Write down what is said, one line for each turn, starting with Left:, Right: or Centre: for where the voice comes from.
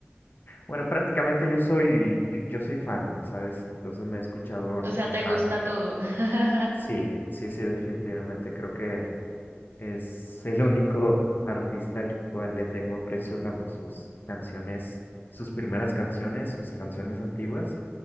Left: bueno, prácticamente yo soy, yo, yo soy fan, ¿sabes? Entonces me he escuchado,
Right: O sea, te
Left: ah,
Right: gusta todo. <laughs>
Left: sí, sí, sí, definitivamente. Creo que es el único <laughs> artista al cual le tengo aprecio tanto sus canciones, sus primeras canciones, sus canciones antiguas